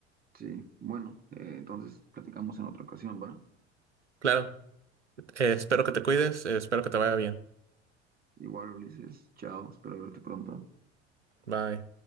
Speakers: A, on the right; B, on the right.
A: sí, bueno, eh, entonces platicamos en otra ocasión, ¿va?
B: claro. Eh, espero
A: Dale.
B: que te cuides, eh, espero que te vaya bien.
A: Igual, Ulises, chao, espero verte pronto.
B: Bye.